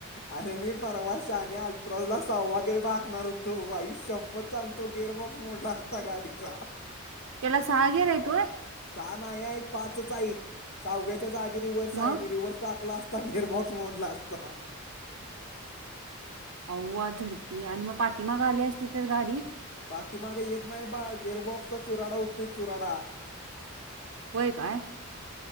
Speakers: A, on the left (about 50°); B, on the right (about 80°).
A: अरे मी परवाश आणि अल्ट्रोजला सव वगैरे टाकणार होतो वाईष्य चांग तो गिअर बॉक्स मोटला असता गाडीचा
B: केला सहाग्या रा आहे तोय
A: सहा नाही आहेत पाच आहेत सहाव्याच्या जा आगी रिव्हर्स
B: मग
A: आहे मी रिव्हर्स टाकला असत गेअरबॉक्स मोडला असता
B: हो आ झरती आणि मग पाठीमाग आली असती तर गाडी
A: पाटठी मागे येत नाही बा गिअरबॉक्सचा चुराडा उत्तरी चुराडा
B: होय काय